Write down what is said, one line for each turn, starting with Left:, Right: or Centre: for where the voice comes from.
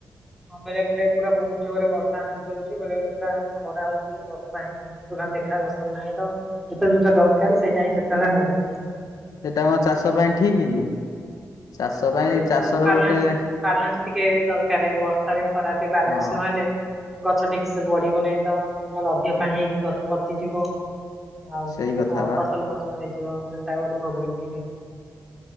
Centre: ହଁ ବେଳେ ବେଳେ ପୁରା ବହୁତ୍ ଜୋରେ ବର୍ଷା ନାଦି ଦଉଛି ବେଳେ ବେଳେ ପୁରା ଖରା ହଉଛି ଯେ ବର୍ଷା ହିଁ <unintelligible> ଦେଖା ଦର୍ଶନ ନାହିଁ ତ ଯେତେବେଳେ ଯୋଉଟା ଦରକାର ସେଇଟା ହିଁ ସେତେବେଳେ ହଉନି।
Left: ସେଟା ଆମ ଚାଷ ପାଇଁ ଠିକ୍ କି। ଚାଷ ପାଇଁ
Centre: ଯେବେ
Left: ଚାଷର
Centre: ବାଲାନ୍ସ
Left: ଗୋଟେ
Centre: ବାଲାନ୍ସ ଟିକେ ଦରକାର ବର୍ଷାରେ ଖରା ଟିକେ ବାଲାନ୍ସ
Left: ହଁ
Centre: ନହେଲେ ଗଛ ଠିକ୍ ସେ ବଢ଼ିବ ନାହିଁ ତ ନହେଲେ ଅଧିକ ପାଣି ହେଇକି ଗଛ ପଚିଯିବ। ଆଉ
Left: ସେଇ କଥା ବା।
Centre: ଫସଲ ନଷ୍ଟ ହେଇଯିବ ସେଟା ଗୋଟେ ପ୍ରୋବ୍ଲେମ୍ ଟିକେ।